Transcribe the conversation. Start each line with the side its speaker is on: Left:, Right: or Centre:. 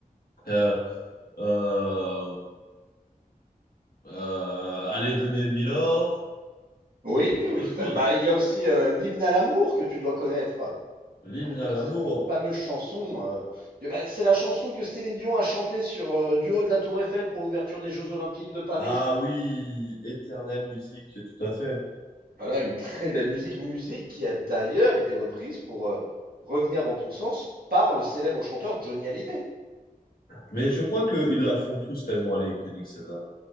Left: euh, euh, euh, Allez, venez, Milord,
Right: Oui,
Left: ce genre
Right: oui,
Left: de
Right: tout
Left: choses.
Right: à fait. Bah, il y a aussi euh, l'hymne à l'amour que tu dois connaître.
Left: L'hymne
Right: Cette,
Left: à l'amour.
Right: euh, cette fameuse chanson, euh, que, bah, c'est la chanson que Céline Dion a chantée sur euh, du haut de la Tour Eiffel pour l'ouverture des Jeux Olympiques de Paris.
Left: Ah oui, éternelle musique, tout à fait.
Right: Voilà, une très belle musique, musique qui a d'ailleurs été reprise pour euh, revenir dans ton sens par le célèbre chanteur Johnny Hallyday.
Left: Mais je crois qu'ils la font tous tellement elle est iconique, celle-là.